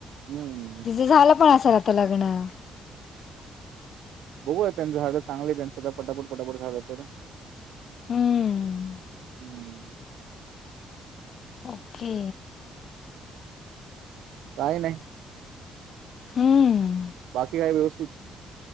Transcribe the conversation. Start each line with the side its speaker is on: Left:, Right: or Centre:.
Right: हम्म
Left: तुझं झालं पण अस सलात लागणं
Right: बघू त्यांचं झालं चांगलंय त्यांचं तर पटापट पटापट झालं तर.
Left: हम्म.
Right: हम्म
Left: ओके.
Right: काही नाही
Left: हम्म.
Right: बाकी काय व्यवस्थित